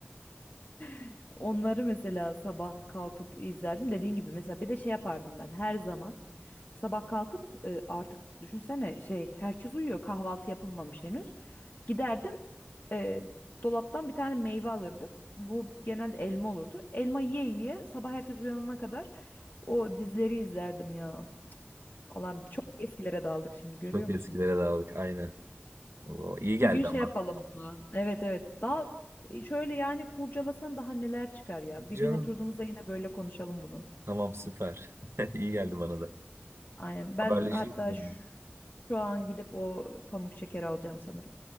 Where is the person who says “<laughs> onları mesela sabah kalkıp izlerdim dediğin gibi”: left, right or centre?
Left